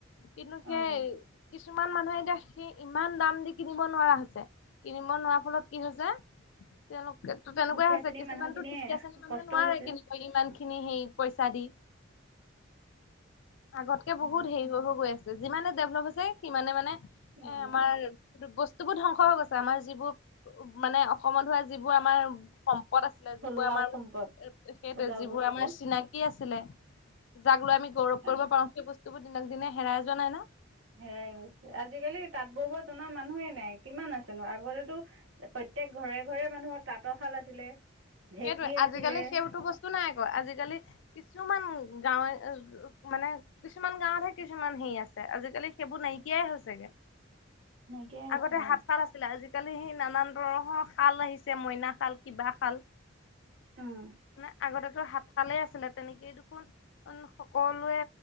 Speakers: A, on the left; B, on the right.
A: কিন্তু সেই
B: অঁ
A: কিছুমান মানুহে এতিয়া সেই ইমান দাম দি কিনিব নোৱাৰা হৈছে কিনিব নোৱাৰা ফলত কি হৈছে তেওঁলোক তো তেনেকুৱাই
B: দুখীয়া
A: আ হৈছে
B: শ্ৰেণীৰ
A: কিছুমানতো
B: মানুহখিনিয়ে
A: তুকীয়া শ্ৰেণী মানুহে
B: কষ্ট
A: নোৱাৰে
B: হৈছে।
A: কেনেকুৱা ইমান খিনি সেই পইচা দি আগতকে বহুত
B: উম,
A: হেৰি হৈ গৈ আছে যিমানে <unintelligible> বু ধ্বংস
B: ইমানে
A: গ আছে আমাৰ যিবোৰ উ মানে অসমত হোৱা যিবোৰ আমাৰ ত আছিলে
B: থলুৱা
A: যিবোৰ আমাৰ সেইটোৱে
B: সম্পদ থলুৱা
A: যিবোৰ
B: বস্তু
A: আমাৰ চিনাকি আছিল ছিল যাক লৈ আমি গৌৰৱ কৰিব
B: আহ
A: পাৰো সেই বস্তুবোৰ দিনক দিনে হেৰাই যোৱা নাই না
B: হেৰাই গৈছে আজিকালি তাঁত বহব জনা মানুহেই নাই কিমান আছেনো আগতেতো প্ৰ প্ৰত্যেক ঘৰে ঘৰে মানুহৰ তাঁতৰশাল আছিলে ঢেঁকী
A: সেইটোৱে
B: আছিলে
A: আজিকালি সেইতো বস্তু বস্তু নাই আকৌ আজিকালি কিছুমান গাঁৱে মানে কিছুমান গাঁৱতহে কিছুমান আজালি সেইবোৰ নাইকিয়াই হৈছেগে
B: এনেকেই হৈছে
A: আগতে
B: অ'।
A: হাত ফাল আছিলে আজিকালি সেই নানান ধৰণৰ খাল আহিছে মইনা খাল কিবা খাল
B: উম,
A: মানে আগতেতো হাত ঠালে আছিলে তেনেকেই দেখোন উম সকলোৱে